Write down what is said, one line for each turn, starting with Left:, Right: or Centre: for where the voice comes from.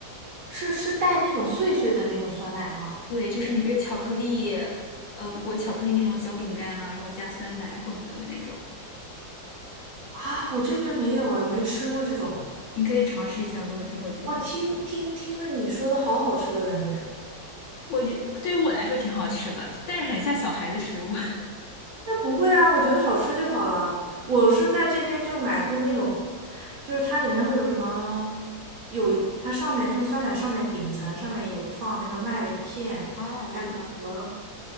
Right: 是是带那种碎碎的那种酸奶吗？
Left: 对，就是里边有巧克力，呃，裹巧克力那种小饼干啊，然后加酸奶混合的那种，
Right: 啊，我这边没有哎，没吃过这种。
Left: 你可以尝试一下，如果之后有机会。
Right: 哇，听听听着你说的好好吃的感觉。
Left: 我觉对于我来说挺好吃的，但是很像小孩的食物。
Right: 那不会啊，我觉得好吃就好了。我是在这边就买过那种，就是它里面会有什么，有它上面那个酸奶上面顶层上面有放那个麦片，
Left: <laughs> 哦，我知道，
Right: 还有什么